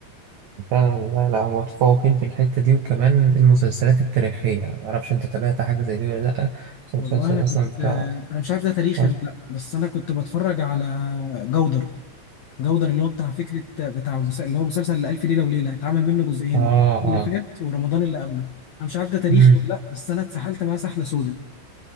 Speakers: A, on the right (about 80°); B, on the left (about 75°).
A: فعلا لا لا هم متفوقين في الحته دي وكمان المسلسلات التاريخيه يعني ما اعرفش انت تابعت حاجه زي دي ولا لا بس المسلسل
B: والله انا كنت
A: مثلا بتاع
B: انا مش عارف ده تاريخي
A: اه
B: ولا لا بس انا كنت بتفرج على جودر جودر اللي هو بتاع فكرة بتاع مس- اللي هو مسلسل ألف ليلة وليلة اتعمل منه جزئين
A: اه
B: اللي فات ورمضان اللي قبله أنا مش عارف ده تاريخي
A: مم.
B: ولا لأ بس أنا اتسحلت معاه سحلة سودا